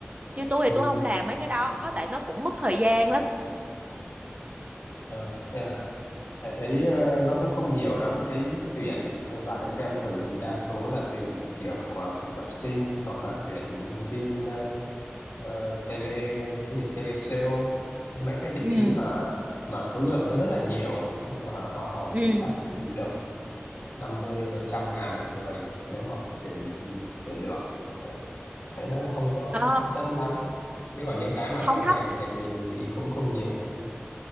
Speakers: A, on the right (about 30°); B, on the left (about 85°).
A: chứ tôi
B: Ừ.
A: thì tôi không làm mấy cái đó tại nó cũng mất thời gian lắm
B: Ờ, thế hả? Tại thấy ờ, nó cũng không nhiều lắm, thấy tuyển tôi vào đây xem thử thì đa số là tuyển kiểu ờ, thực tập sinh hoặc là tuyển nhân viên ờ, ờ, tele cái gì tele sale những mấy cái vị
A: ừ
B: trí mà mà số lượng nó rất là nhiều ấy. Nhưng mà hoa hồng
A: ừ
B: thì chắc được 50 trăm ngàn một người nếu mà tuyển tuyển được. Đấy. Thấy nó cũng không có
A: ờ
B: hấp dẫn lắm. Chứ còn những cái mà
A: không
B: theo
A: thóc
B: ngành này thì thì cũng không nhiều.